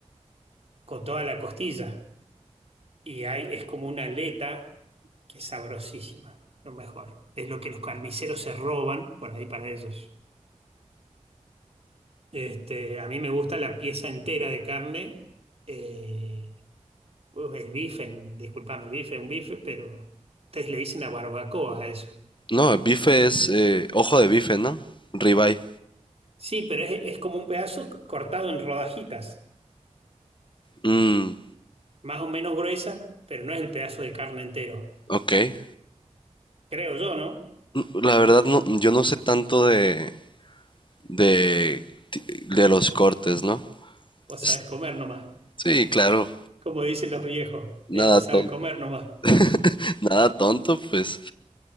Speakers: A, on the right (about 50°); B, on the left (about 40°).
A: con toda la costilla y hay, es como una aleta que es sabrosísima, lo mejor. Es lo que los carniceros se roban por ahí para ellos. Este, a mí me gusta la pieza entera de carne. eh, el bife, en- disculpame, el bife es un bife, pero ustedes le dicen a barbacoa a eso.
B: No, el bife es eh, ojo de bife, ¿no? Ribeye.
A: Sí, pero es, es como un pedazo c- cortado en rodajitas,
B: Mm,
A: más o menos gruesas, pero no es el pedazo de carne entero.
B: ok. N-
A: Creo yo, ¿no?
B: La verdad, no, yo no sé tanto de, de, ti- de los cortes, ¿no?
A: Vos sabés
B: Es-
A: comer nomás.
B: Sí, claro.
A: Como dicen los viejos,
B: Nada
A: este sabe
B: tonto.
A: comer nomás.
B: <laughs> Nada tonto, pues.